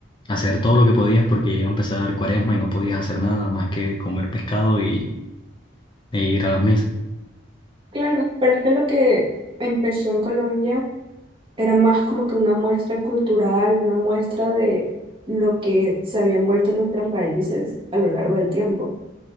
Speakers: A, on the left; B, on the right.
A: hacer todo lo que podías porque ya iba a empezar cuaresma y no podías hacer nada más que comer pescado y, e ir a las misas.
B: Claro, pero es que lo que empezó en Colombia era más como que una muestra cultural, una muestra de lo que se habían vuelto nuestras raíces a lo largo del tiempo.